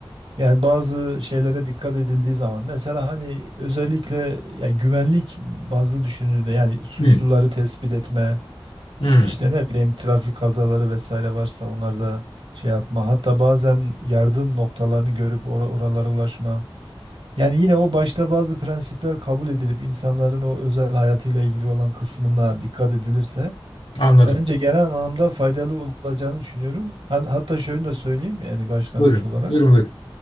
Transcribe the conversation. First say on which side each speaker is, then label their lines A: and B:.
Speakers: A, on the right (about 75°); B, on the left (about 85°).
A: yani bazı şeylere dikkat edildiği zaman mesela hani özellikle ya güvenlik bazı düşünülüyor yani suçluları
B: Hı.
A: tespit etme
B: Hı.
A: işte ne bileyim trafik kazaları vesaire varsa onlar da şey yapma. Hatta bazen yardım noktalarını görüp or- oralara ulaşma. Yani yine o başta bazı prensipler kabul edilip insanların o özel hayatıyla ilgili olan kısmına dikkat edilirse
B: Anladım.
A: bence genel anlamda faydalı olacağını düşünüyorum. Hat- Hatta şöyle de söyleyeyim yani başlangıç
B: Buyurun.
A: olarak.
B: Buyurun buyurun.